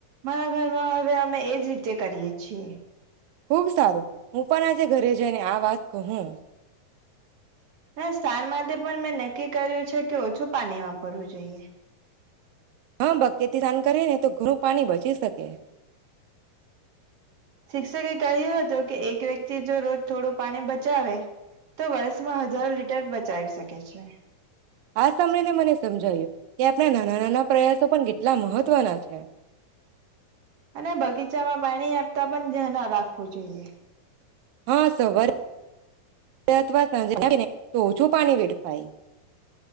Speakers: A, on the right; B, on the right.
A: મારા ઘરમાં હવે અમે એજ રીતે કરીએ છીએ
B: ખુબ સારું હું પણ આજે ઘરે જઈને આ વાત કહું
A: હ સ્થાન માટે પણ મેં નક્કી કર્યું છે કે ઓછું પાણી વાપરવું જોઈએ
B: હા બકેથી સ્નાન કરીએ ને તો ઘરું પાણી બચી શકે
A: શિક્ષકે કહ્યું હતું કે એક વ્યક્તિ જો રોજ થોડું પાણી બચાવે તો વર્ષમાં હજારો લીટર બચાવી શકે છે
B: આ સમય ને મને સમજાયું કે આપણા નાના નાના પ્રયાસો પણ કેટલા મહત્વના છે
A: અને બગીચામાં પાણી આપતા પણ ધ્યા ના રાખવું જોઈએ <inaudible>
B: હા સવારે અથવા જ તો છું પાણી વેડ પાય